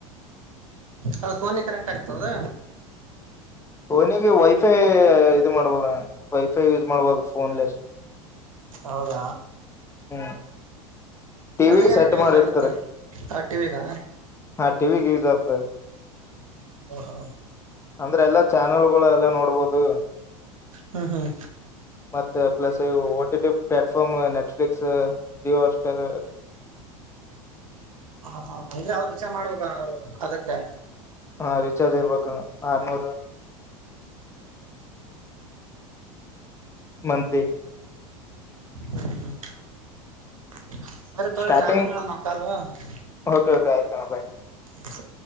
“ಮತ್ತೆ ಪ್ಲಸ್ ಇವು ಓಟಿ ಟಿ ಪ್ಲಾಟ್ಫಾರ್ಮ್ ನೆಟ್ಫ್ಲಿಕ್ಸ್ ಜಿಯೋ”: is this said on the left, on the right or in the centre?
Left